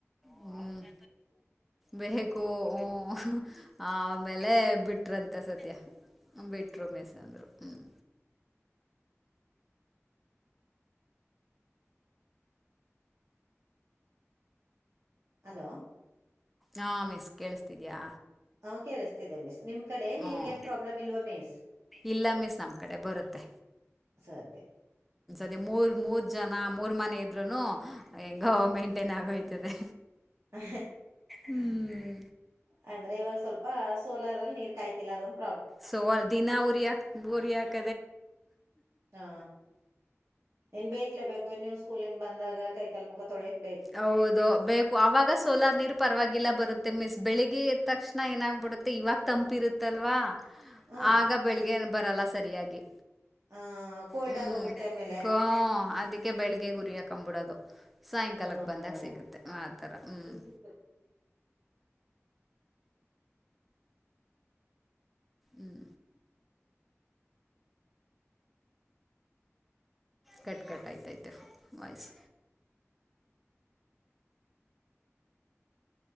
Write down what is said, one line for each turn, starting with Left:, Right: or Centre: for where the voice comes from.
Centre: ಹ್ಮ ಬೇಕೂ ಹು ಆಮೇಲೆ ಬಿಟ್ರಂತೆ ಸದ್ಯ ಬಿಟ್ರು ಮಿಸೆಂದ್ರು ಹ್ಮ್
Right: ಹಲೋ
Centre: ಹಾ ಮಿಸ್ ಕೇಳಿಸ್ತಿದ್ಯಾ
Right: ಹ ಕೇಳಿಸ್ತಿದೆ ಮಿಸ್ ನಿಮ ಕಡೆ
Centre: ಹ್ಮ್
Right: ನೀರ್ಗೆ ಏನ್ ಪ್ರಾಬ್ಲಮ್ ಇಲ್ವಾ ಮಿಸ್
Centre: ಇಲ್ಲ ಮಿಸ್ ನಮ್ ಕಡೆ ಬರುತ್ತೆ
Right: ಸಧ್ಯ
Centre: ಅ ಮೂರ್ ಮೂರ್ ಜನ ಮೂರ್ ಮನೆ ಇದ್ರುನು ಹೆಂಗ ಮೈಂಟೈನ್ ಆಗೋಯ್ತದೆ
Right: ಅ
Centre: ಹ್ಮ್
Right: <inaudible> ಅ ಇವಾಗ ಸ್ವಲ್ಪ ಸೋಲರ್ ಅಲ್ಲಿ ನೀರ್ ಕಾಯ್ತಿಲ್ಲ ಅದಂತ
Centre: ಸೋಲ್ ದಿನ ಉರಿಯಾಕ್ ಉರಿಯಕ್
Right: ಹಾ ನ್ ಬಕ್ಲೇ ಬೇಕು ನೀವು ಸ್ಕೂಲ್ಿಂದ ಬಂದಾಗ ಕೈಕಲ್ ಮುಖ ತೊಳಿಯಾಕೆ
Centre: ಹೌದು ಬೇಕು ಅವಾಗ ಸೋಲಾರ್ ನೀರ್ ಪರವಾಗಿಲ್ಲ ಬರುತ್ತೆ ಮಿಸ್ ಬೆಳಿಗ್ಗೆ ತಕ್ಷಣ ಏನಾಗ್ಬಿಡುತ್ತೆ ಇವಾಗ ತಂಪಿರುತ್ತಲ್ವಾ
Right: ಹ್ಮ್
Centre: ಆಗ ಬೆಳಿಗ್ಗೆ ಬರಲ್ಲ ಸರಿಯಾಗಿ
Right: ಆ ಕೋಲ್ಡ್
Centre: ಹ್ಮ
Right: ಆಗ ಹೋಗುತ್ತೆ ಆಮೇಲೆ
Centre: ಗ ಅದಕ್ಕೆ ಬೆಳಿಗ್ಗೆ ಗುರಿಯ ಕ್ಬಿಡದು ಸಾಯಂಕಾಲಕ್ಕೆ
Right: ಹ್ಮ
Centre: ಬಂದಾಗ ಸಿಗುತ್ತೆ ಆತರ ಹ್ಮ್
Right: ಇಂಗ್ಲಿಷ್
Centre: ಹ್ಮ್ ಕಟ್ ಕಟ್ ಆಯ್ತೈತೆ ವಾಯ್ಸ್